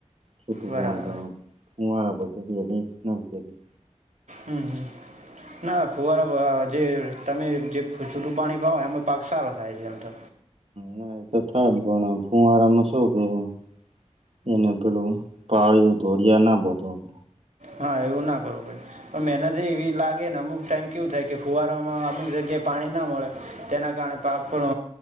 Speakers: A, on the right (about 55°); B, on the right (about 80°).
A: છૂટું
B: બરાબર
A: પણી પા કૂઆરે. બધ એ ન તેરી
B: હમ, હમ ના ફુવારા જે તમે જે છૂટું પાણી ફાવ એનો પાક, સારો થાય છે. એમ તો
A: ના એતો થાય પણ ફુંવારામાં શું કેું. એને પેલું પાળું ધોરિયા ના બધ
B: હા એવું ના કરવું પણ મહેનત એવી લાગે ને અમુક ટાઈમ કેવું થાય કે ફુવારોમાં અમુક જગ્યા પાણી ના મળે તેના કારણે પાક પણ